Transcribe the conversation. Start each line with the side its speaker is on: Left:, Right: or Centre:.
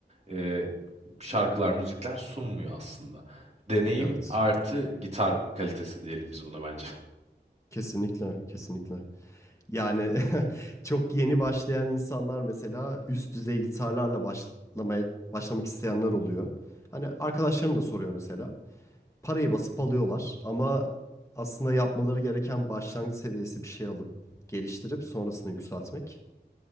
Right: e, şarkılar, müzikler sunmuyor aslında. Deneyim
Left: Evet.
Right: artı gitar kalitesi diyelim biz buna bence.
Left: Kesinlikle, kesinlikle. Yani <laughs> çok yeni başlayan insanlar mesela üst düzey gitarlarla başlamaya başlamak isteyenler oluyor. Hani arkadaşlarım da soruyor mesela. Parayı basıp alıyorlar ama aslında yapmaları gereken başlangıç seviyesi bir şey alıp geliştirip sonrasını yükseltmek.